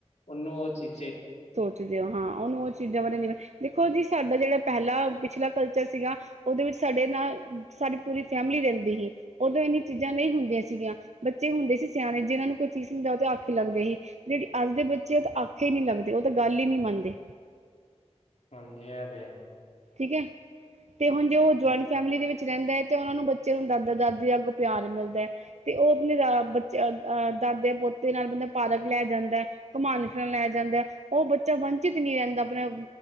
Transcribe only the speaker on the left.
ਉਹਨੂੰ ਉਹ ਚੀ-
ਹਾਂਜੀ, ਇਹ ਤੇ ਹੈ।
ਹਾਂਜੀ